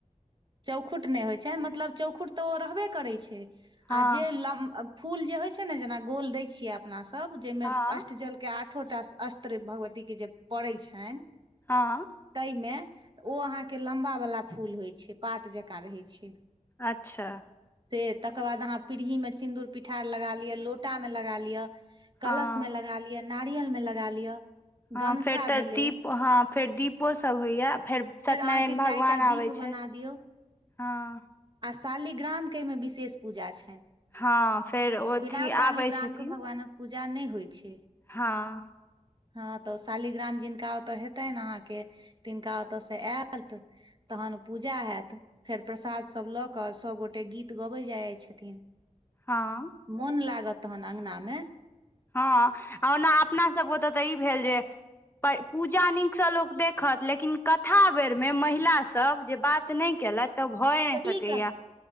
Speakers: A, on the right; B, on the left.
A: चौखुट नय होइ छै मतलब चौखुट तऽ ओ रहबे करै छै आ
B: हँ
A: जे लम फूल जे होइ छै ने जेना गोल दै छियै अपनासभ जइमे
B: हँ
A: अष्टजल के आठो टा अस्त्र भगवती के जे पड़ै छैन
B: हाँ
A: तइमे ओ अहाँके लम्बावला फूल होइ छै पात जकाँ रहै छै
B: अच्छा
A: से तकर बाद अहाँ पीढ़ीमे सिन्दूर पिठार लगा लिअ लोटामे लगा लिअ कलश
B: हँ
A: मे लगा लिअ नारियल मे लगा लिअ
B: हँ
A: गमछा
B: फेर तऽ
A: भेलै
B: दीप हँ फेर दीपो सब होइए फेर सत्यनारायण
A: अहाँके
B: भगवान
A: चारि टा
B: आबै
A: दीप
B: छैथ
A: बना दियौ
B: हँ
A: आ शालीग्रामके एइमे विशेष पूजा छैन
B: हँ फेर अथी
A: बिना शालीग्राम
B: आबै छथिन
A: के भगवानक पूजा नय होइ छै
B: हँ
A: हँ तऽ शालीग्राम जिनका ओते हेतेन अहाँ के तिनका ओता ओतऽ से ऐत तहन पूजा हेत फेर प्रसादसभ लऽ कऽ सभगोटे गीत गबैत जाइ जाइत छथिन
B: हँ
A: मोन लागत तहन अङगना में
B: हँ आ ओना अपना सब ओतऽ तऽ ई भेल जे पर पूजा नीकसँ लोक देखत लेकिन कथा बेरमे महिला सब जे बात नइ केलथ तऽ भय नय
A: तऽ
B: सकैया
A: की कर